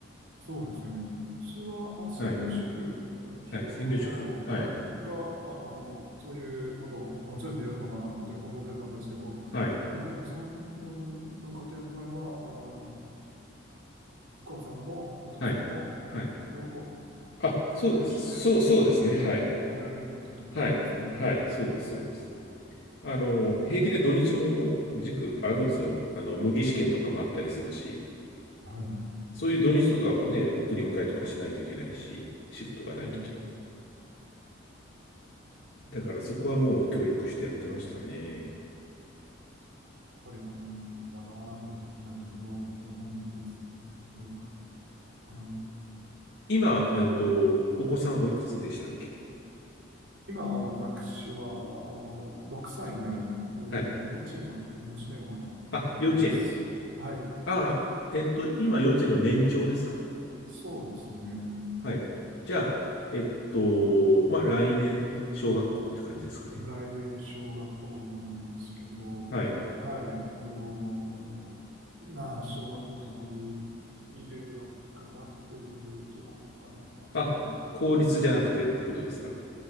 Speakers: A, on the right; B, on the left.
A: そうですよね。うちはあ専業主婦、
B: はい。
A: 人、
B: はい。専業主婦。
A: あの、
B: はい。
A: はい、が、あの、そういうことを全部やるのかなって思ってたんですけど、
B: はい。
A: 伊原さんうんの家庭の場合は、あのお母さんもお父さんも、
B: はい。
A: うん両方
B: はい。あ、
A: 協力して、
B: そうです。そう、そうですね。
A: はい、
B: はい。
A: おやりになったってことなんですね。
B: はい、はい、そうです、そうです。
A: うん
B: あの、平気で土日も塾あるんですよ。あの、模擬試験とかもあったりするし、
A: はい。
B: そういう土日とかはね、送り迎えとかしないといけないし、仕事がないときは。
A: はい。
B: だからそこはもう協力してやってましたね。
A: ぱり、あの、習わなければいけないところだと思うんですけど、あの、
B: 今、えっと、お子さんおいくつでしたっけ
A: 今、私は、あの、6歳になる、えー幼稚園の娘がまだおります。
B: はい。あ、幼稚園。
A: はい。
B: あ、えっと、今幼稚園の年長ですか
A: そうですね。
B: はい。じゃあ、えっと、まあ、来年、小学校って感じですかね。
A: 来年、小学校なんですけど、
B: はい。
A: はい。あの、まあ、小学校どこに入れようかなっていうところから始まってって、
B: あ、効率じゃなくてってことですか。